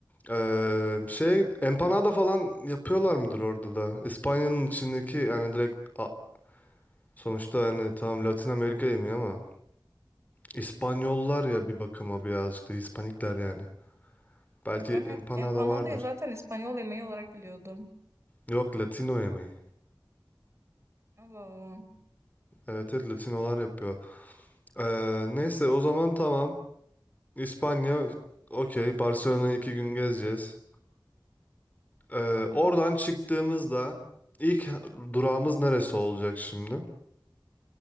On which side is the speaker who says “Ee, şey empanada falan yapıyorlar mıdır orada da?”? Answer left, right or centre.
Left